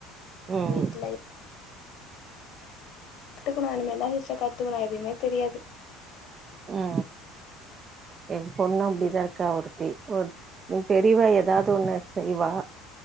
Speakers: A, on the right; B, on the left.
A: ம்
B: வீட்ல கத்துக்குணு இனிமேதா சிஸ்டர் கத்துக்குணு எதுமே தெரியாது
A: ஆ என் பொண்ணும் அப்டி
B: ம்
A: தான் இருக்கா ஒருத்தி ஒரு பெரியவா ஏதாவது ஒண்ணு செய்வா